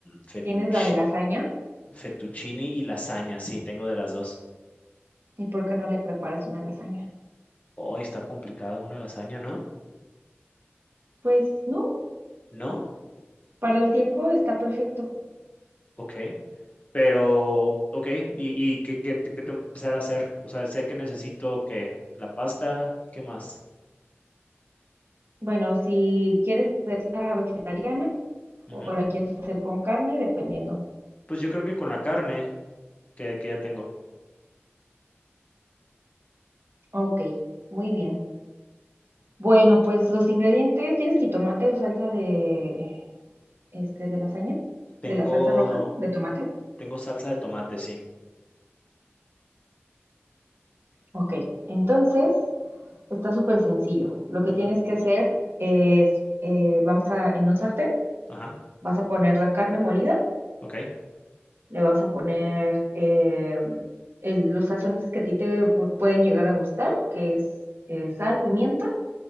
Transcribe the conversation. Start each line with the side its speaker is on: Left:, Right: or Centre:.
Left: fettucci-
Right: ¿Tienes la de lasaña?
Left: fettuccini y lasaña, sí, tengo de las dos.
Right: ¿Y por qué no le preparas una lasaña?
Left: Hoy está complicado una lasaña, ¿no?
Right: Pues no,
Left: ¿No?
Right: para el tiempo está perfecto.
Left: Ok, pero, ok, ¿y, y qué, qué- qué tengo que empezar a hacer? O sea, sé que necesito que la pasta, ¿qué más?
Right: Bueno, si quieres hacerla vegetariana
Left: Ujú.
Right: o la quieres hacer con carne, dependiendo.
Left: Pues yo creo que con la carne que, que ya tengo.
Right: Ok, muy bien. Bueno, pues los ingredientes, ¿tienes jitomate o salsa de este, de lasaña,
Left: Tengo,
Right: de la salsa roja, de tomate.
Left: tengo salsa de tomate, sí.
Right: Ok, entonces está súper sencillo. Lo que
Left: Ujú,
Right: tienes que hacer es, eh, vamos a, en un sartén,
Left: Ajá,
Right: vas a poner la carne molida,
Left: ok.
Right: le vas a poner eh, el- los sazones que a ti te pueden llegar a gustar, que es eh, sal, pimienta,